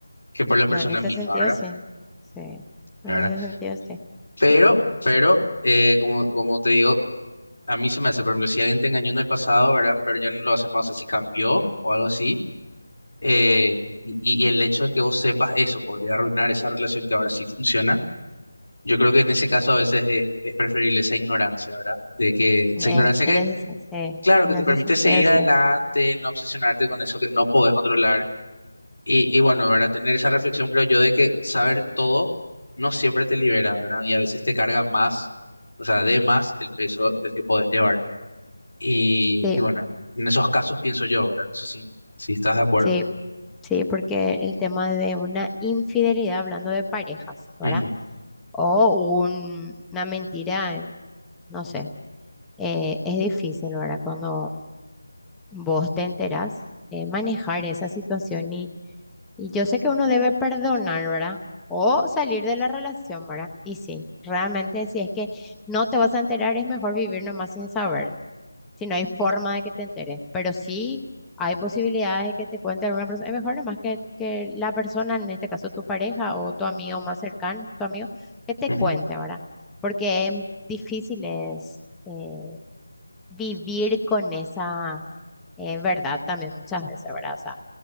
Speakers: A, on the left; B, in the centre.
A: que por la
B: No,
A: persona
B: en ese
A: misma,
B: sentido
A: ¿verdad?
B: sí, sí, en
A: ¿verdad?
B: ese sentido sí,
A: Pero, pero, eh, como, como te digo, a mí se me hace, por ejemplo, si alguien te engañó en el pasado, ¿verdad? Pero ya no lo hace más, así cambió o algo así. eh, y, y el hecho de que vos sepas eso podría arruinar esa relación que ahora sí funciona. Yo creo que en ese caso a veces es, es preferible esa ignorancia, ¿verdad? De que esa
B: en,
A: ignorancia
B: en
A: que,
B: ese, sen- sí,
A: claro,
B: en
A: que te
B: ese
A: permite
B: sentido
A: seguir
B: sí,
A: adelante, no obsesionarte con eso que no podés controlar. Y, y bueno, ¿verdad? Tener esa reflexión, creo yo, de que saber todo no siempre te libera, ¿verdad? Y a veces te carga más, o sea, de más el peso del que podés llevar. Y,
B: sí,
A: y bueno, en esos casos pienso yo, ¿verdad? No sé si, si estás de acuerdo.
B: sí, sí, porque el tema de una infidelidad, hablando de parejas, ¿verdad?
A: Ujú,
B: o un- una mentira, en- no sé. Eh, es difícil, ¿verdad? Cuando vos te enterás, eh, manejar esa situación y, y yo sé que uno debe perdonar, ¿verdad? O salir de la relación, ¿verdad? Y sí, realmente si es que no te vas a enterar, es mejor vivir nomás sin saber. Si no hay forma de que te enteres, pero sí hay posibilidades de que te cuente alguna persona. Es mejor nomás que, que la persona, en este caso tu pareja o tu amigo más cercano, tu amigo, que te
A: ujú.
B: cuente, ¿verdad? Porque es difícil es eh, vivir con esa eh, verdad también muchas veces, ¿verdad? O sea,